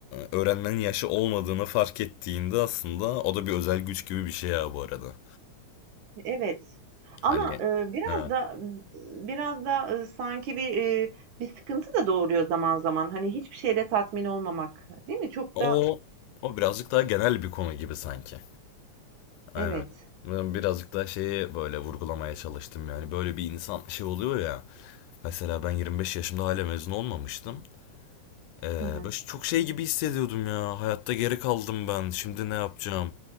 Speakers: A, on the left (about 80°); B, on the right (about 70°).
A: öğrenmenin yaşı olmadığını fark ettiğinde aslında o da bir özel güç gibi bir şey ya bu arada.
B: Evet. Ama,
A: Hani
B: eee, biraz
A: ha.
B: da biraz da, ııı, sanki bir, eee, bir sıkıntı da doğuruyor zaman zaman. Hani, hiçbir şeyle tatmin olmamak, değil mi? Çok
A: O
B: da
A: o birazcık daha genel bir konu gibi sanki. Aynen.
B: Evet.
A: Ben birazcık da şeyi böyle vurgulamaya çalıştım yani. Böyle bir insan şey oluyor ya. Mesela ben 25 yaşımda hala mezun olmamıştım. Ee,
B: Hı hı.
A: böyle çok şey gibi hissediyordum ya. Hayatta geri kaldım ben. Şimdi ne yapacağım?